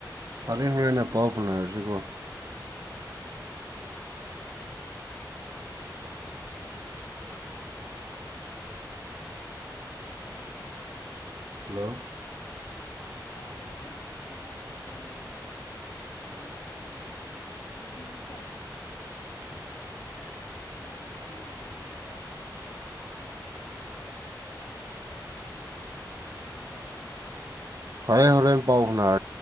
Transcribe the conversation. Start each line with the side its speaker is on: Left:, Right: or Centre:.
Right: ꯐꯔꯦ ꯍꯣꯔꯦꯟ ꯅ ꯄꯥꯎ ꯐꯥꯎꯅꯔꯁꯤꯀꯣ
Left: ꯑꯣꯂꯥꯏ ꯑꯁ ꯅꯥꯏꯍꯦ
Right: ꯍꯜꯂꯣ
Left: ꯑꯣ ꯇꯥꯏꯌꯦ ꯑꯩ ꯍꯧꯖꯤꯛ ꯎꯡ ꯀꯩꯅꯣ ꯈꯪꯗꯦ ꯃꯃꯤꯡꯗꯤ ꯕꯤꯀꯣ ꯁꯨꯃꯅ ꯆꯤꯡ ꯇꯧꯕꯒꯤ ꯂꯣꯏꯔꯦ ꯁꯤꯗꯣ ꯃꯥꯂꯦꯁꯦ
Right: ꯍꯔꯦꯟ ꯍꯔꯦꯟ ꯄꯥꯎ ꯁꯅꯔ